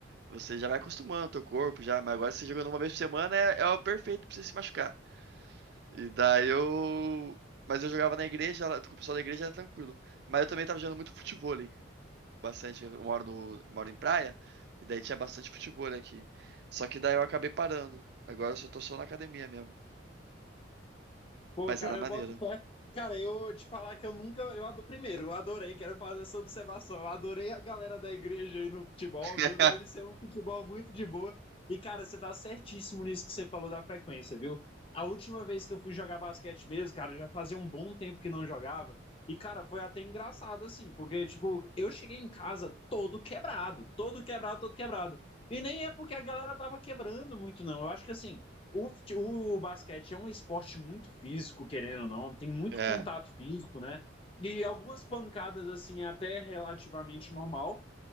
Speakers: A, on the right (about 55°); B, on the left (about 30°).
A: você já vai acostumando o teu corpo já, mas agora você jogando uma vez por semana é, é o perfeito pra você se machucar. E daí eu. Mas eu jogava na igreja, lá- com o pessoal da igreja era tranquilo. Mas eu também tava jogando muito futevôlei. Bastante. Eu moro, no, moro em praia, e daí tinha bastante futevôlei aqui. Só que daí eu acabei parando. Agora eu só tô só na academia mesmo.
B: Pô,
A: Mas
B: cara,
A: era maneiro.
B: eu boto fé. Cara, eu te falar que eu nunca. Eu adoro, primeiro, eu adorei, quero fazer essa observação. Eu adorei a galera da igreja aí no futebol,
A: <laughs>
B: viu? Deve ser um futebol muito de boa. E, cara, você tá certíssimo nisso que você falou da frequência, viu? A última vez que eu fui jogar basquete mesmo, cara, já fazia um bom tempo que não jogava. E, cara, foi até engraçado, assim, porque, tipo, eu cheguei em casa todo quebrado, todo quebrado, todo quebrado. E nem é porque a galera tava quebrando muito, não. Eu acho que, assim. O, o basquete é um esporte muito físico, querendo ou não, tem muito
A: É.
B: contato físico, né? E algumas pancadas, assim, é até relativamente normal.